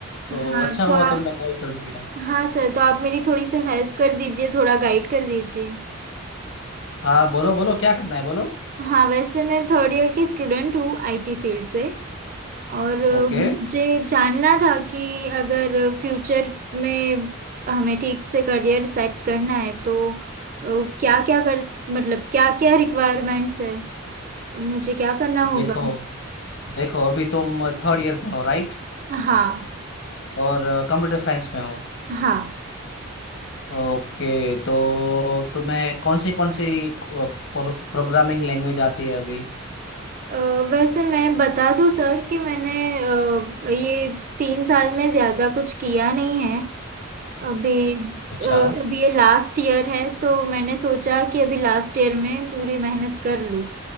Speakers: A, on the left (about 55°); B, on the right (about 40°).
A: तो
B: हाँ
A: अच्छा हुआ
B: तो आप
A: तुमने कॉल कर दिया
B: हाँ सर तो आप मेरी थोड़ी सी हेल्प कर दीजिए थोड़ा गाइड कर दीजिए
A: हाँ बोलो बोलो क्या करना है बोलो
B: हाँ वैसे मैं थर्ड ईयर की स्टूडेंट हूँ आईटी फील्ड से और अ,
A: ओके
B: मुझे जानना था कि अगर फ्यूचर में हमें ठीक से करियर सेट करना है तो क्या क्या कर मतलब क्या क्या रिक्वायरमेंट्स है मुझे क्या करना होगा
A: देखो देखो अभी तुम थर्ड ईयर में हो राइट
B: हाँ
A: और कंप्यूटर साइंस में हो
B: हाँ
A: ओके तो तुम्हें कौन सी कौन सी प्रोग्रामिंग लैंग्वेज आती है अभी
B: अ, वैसे मैं बता दूं सर कि मैंने अ, ये तीन साल में ज़्यादा कुछ किया नहीं है अभी
A: अच्छा
B: अ, अभी ये लास्ट ईयर है तो मैंने सोचा कि अभी लास्ट ईयर में पूरी मेहनत कर लूँ